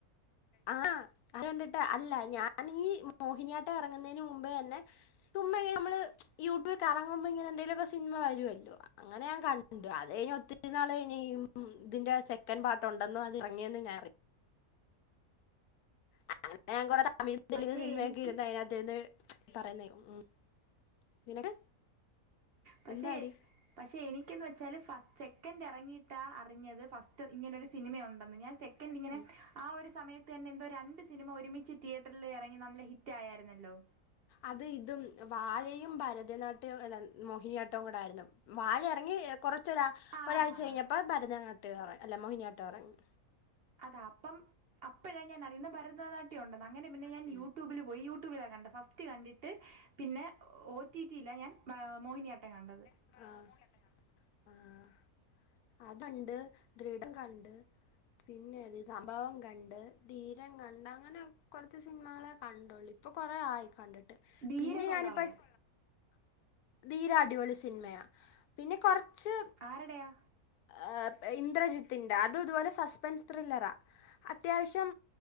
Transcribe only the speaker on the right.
പക്ഷെ
എനിക്ക്
പക്ഷെ
പക്ഷെ എനിക്കെന്ന് വെച്ചാല് ഫസ്റ്റ് സെക്കൻഡ് ഹാ. ഇറങ്ങിയിട്ടാ അറിഞ്ഞത് ഫസ്റ്റ് ഇങ്ങനൊര് സിനിമയുണ്ടെന്ന് ഞാൻ സെ. ക്കന്റ്
ഇങ്ങനെ ആ ഒരു സമയത്ത് തന്നെ എന്തോ രണ്ട് സിനിമ ഒരുമിച്ച് തിയേറ്ററിൽ എറങ്ങി നല്ല ഹിറ്റ് ആയാരുന്നല്ലോ.
ആഹ്
അതാ അപ്പം അപ്പോഴാ ഞാൻ അറിയുന്ന ഭരതനാ. ട്ട്യം ഉണ്ടന്ന് അങ്ങനെ പിന്നെ ഞാൻ
യൂട്യൂബിൽ പോയി യൂട്യൂബില കണ്ടെ ഫസ്റ്റ് കണ്ടിട്ട് പിന്നെ ഒ ടി ടി ല ഞാൻ ആഹ് മോഹിനിയാട്ടം കണ്ടത്.
ധീരം
കൊള്ളാവോ
ആരടെയാ.